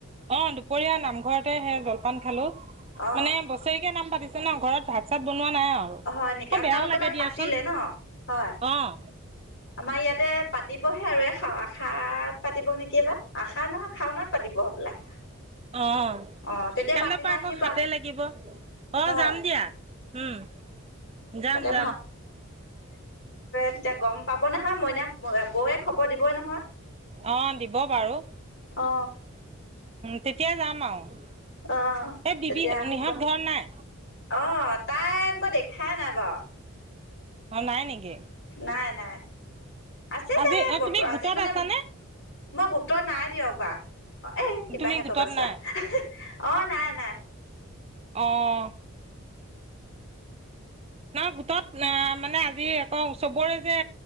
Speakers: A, on the right (about 25°); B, on the left (about 50°).
A: অ' দুপৰীয়া নামঘৰতে সে জলপান খালো মানে
B: অ
A: বছৰেকীয়া নাম পাতি তোমাৰ ঘৰত ভাত চাত ব নোৱা নাই আৰু
B: হয় নেকি
A: অঁ
B: আপোনালোকৰ
A: বেয়াও লাগে
B: তাত
A: দিয়াচোন,
B: পাতিলে ন হয়
A: অঁ।
B: আমাৰ ইয়াতে পাতিবহে আৰু এই শাও আষাৰত পাতিব নেকি এইবাৰ আষাৰত নহয় শাওনাত পাতিব হ'বলা।
A: অঁ
B: অ তেতিয়া
A: কাইলৈ
B: পাতিলে
A: পৰা আকৌ
B: আহিব
A: শাতে লাগিব, অঁ
B: হয়
A: যাম দিয়া উম যাম-যাম।
B: তাতে এতিয়া গম পাওঁ নহয় মইনা ব অ বৌয়ে খবৰ দিবই নহয়।
A: অঁ দিব বাৰু। উম,
B: অ
A: তেতিয়া যাম আৰু।
B: অঁ
A: এই বিবি
B: তেতিয়া আহি
A: নিহঁত
B: পোৱা,
A: ঘৰত নাই
B: অঁ তাইক মই দেখাই নাপাও।
A: অঁ নাই নেকি।
B: নাই- নাই। আছে
A: আজি
B: চাগে
A: অ
B: বতুৱা
A: তুমি গোটত
B: আজি মানে
A: আছানে
B: মই গোটত নাই দিয়ক বা। অঁ এ কিবাহে
A: তুমি গোটত
B: কৈ পাইছোঁ
A: নাই
B: আও, অঁ নাই- নাই।
A: অঁ। নহয় গোটত না মানে আজি আকৌ চবৰে যে